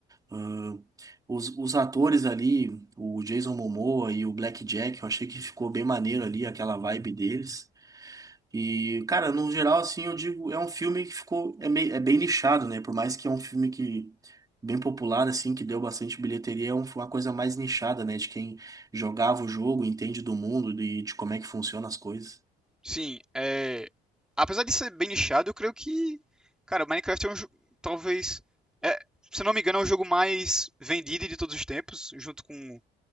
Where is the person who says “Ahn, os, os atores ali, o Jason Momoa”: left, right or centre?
Right